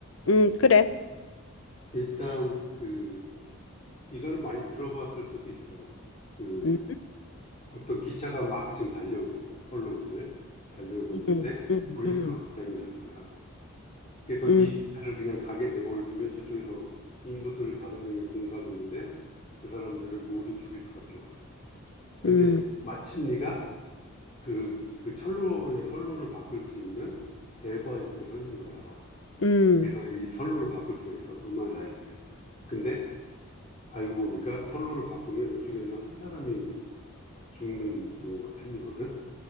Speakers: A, on the left; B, on the left.
A: 음, 그래.
B: 일단 그 이거는 많이 들어봤을 수도 있어. 그
A: 음,
B: 어떤 기차가 막 지금 달려오고 있어. 선로 위를 달려오고 있는데
A: 음, 음,
B: 브레이크가
A: 음,
B: 고장이 난 거야. 그래서
A: 음,
B: 이 기차를 그냥 가게 내버려 두면 저쪽에서 인부들을 다섯 명이 공사하고 있는데 그 사람들을 모두 죽일 수밖에 없어. 근데
A: 음,
B: 마침 네가 그, 그 철로의 선로를 바꿀 수 있는 레바 옆에 서 있는 거야.
A: 음.
B: 그래서 이 선로를 바꿀 수가 있어. 얼마나 다행이야. 근데 알고 보니까 선로를 바꾸면 이쪽에는 한 사람이 죽는 경우가 생기거든.